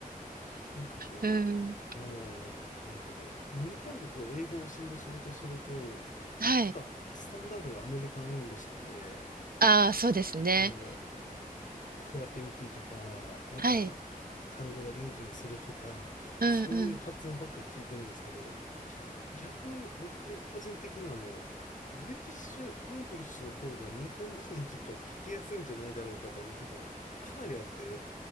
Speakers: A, on the left; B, on the right.
A: なんかこう、
B: うん。
A: あの、えっと、日本でこう、英語を教える仕事をしてると、
B: はい。
A: やっぱ、スタンダードがアメリカン・イングリッシュなんで、
B: ああ、そうですね。
A: あの、フラッピング T とか、なんかあの、
B: はい。
A: 単語がリンキングするとか、
B: うんうん。
A: そういう発音ばっか聞いてるんですけど、逆に僕、個人的にはあの、ブリティッシュ・イングリッシュの方が日本人にとっては聞きやすいんじゃないだろうかと思うとこもかなりあって、